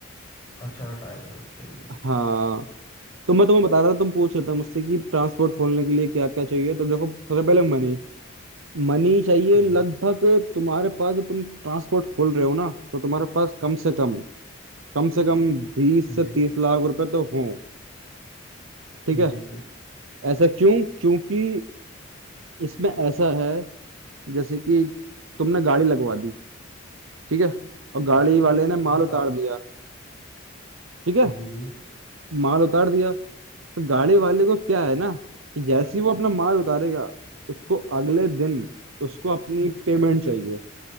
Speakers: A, on the left (about 15°); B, on the right (about 75°).
A: अठारह टायर का चलिए अच्छा
B: हाँ तो मैं तुम्हें बता रहा था तुम पूछ रहे थे मुझसे कि ट्रांसपोर्ट खोलने के लिए क्या क्या चाहिए तो देखो सबसे पहले मनी मनी चाहिए
A: हम्म
B: लगभग तुम्हारे पास जब तुम ट्रांसपोर्ट खोल रहे हो ना तो तुम्हारे पास कम से कम कम से कम बीस से
A: जी
B: तीस लाख रुपए तो हो ठीक है
A: जी सर
B: ऐसा क्यों क्योंकि इसमें ऐसा है जैसे कि तुमने गाड़ी लगवा दी ठीक है और गाड़ी वाले ने माल
A: जी
B: उतार
A: का
B: दिया ठीक है
A: जी जी
B: माल उतार दिया तो गाड़ी वाले को क्या है ना कि जैसे ही वो अपना माल उतारेगा उसको अगले दिन उसको अपनी पेमेंट चाहिए